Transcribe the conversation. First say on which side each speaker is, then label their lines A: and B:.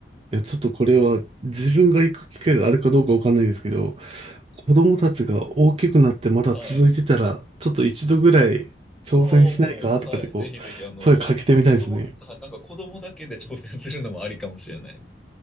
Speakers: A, on the right; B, in the centre.
A: やちょっとこれは自分が行く機会があるかどうかわかんないですけど、子供たちが大きくなってまだ続いてたら、
B: はい。
A: ちょっと一度ぐらい挑戦しないかとかでこう、
B: ああ、もう、はい。ぜひぜひ、あの、子供、
A: 声かけてみたいですね。
B: はいなんか子供だけで挑戦するのもありかもしれないです。